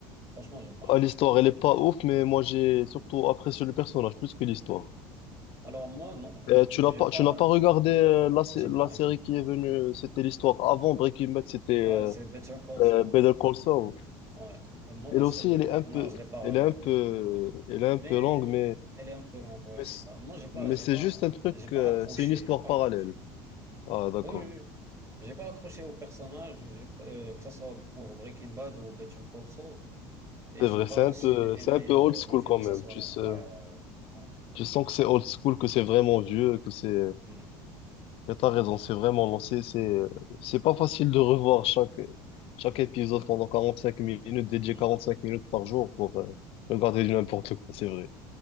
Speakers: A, on the right; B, on the left.
A: Franchement, j'ai pas
B: Ah,
A: aimé.
B: l'histoire, elle est pas ouf, mais moi, j'ai surtout apprécié le personnage plus que l'histoire.
A: Alors moi, non,
B: Euh,
A: <laughs>
B: tu
A: j'ai
B: n'as pas,
A: pas,
B: tu n'as pas
A: euh,
B: regardé euh, la, sé-
A: j'ai
B: la
A: pas
B: série
A: aimé.
B: qui est venue, c'était l'histoire avant Breaking Bad, c'était
A: Ouais,
B: euh,
A: c'est Better Call
B: euh,
A: Saul.
B: Better Call Saul.
A: Ouais. Euh, Moi,
B: Elle
A: euh, ce-
B: aussi, elle est un peu,
A: non, je l'ai pas regardé
B: elle est un peu,
A: du coup.
B: elle est un
A: Mais
B: peu longue, mais,
A: euh, elle est un peu longue, ouais,
B: mais
A: c'est
B: c'est
A: ça. Moi, j'ai pas,
B: mais
A: j'ai
B: c'est
A: pas,
B: juste un truc,
A: j'ai pas
B: euh,
A: accroché,
B: c'est une histoire
A: j'ai pas
B: parallèle.
A: accroché.
B: Ah, d'accord.
A: Oui, oui, oui. j'ai pas accroché au personnage, j'ai- euh, que ça soit pour Breaking Bad ou Better Call Saul, et
B: C'est
A: j'ai
B: vrai,
A: pas
B: c'est
A: aussi
B: un peu,
A: aimé
B: c'est un peu old
A: euh,
B: school
A: le fait
B: quand
A: que
B: même.
A: ça soit
B: Tu
A: long.
B: sais,
A: Ouais, ouais, ouais. ouais.
B: tu sens que c'est old school, que c'est vraiment vieux, que c'est,
A: Mm,
B: mais t'as raison, c'est vraiment lancé, c'est, c'est c'est pas facile de revoir chaque, chaque épisode pendant 45 minutes, dédié
A: mm.
B: 45 minutes par jour pour euh, regarder du n'importe quoi, c'est vrai.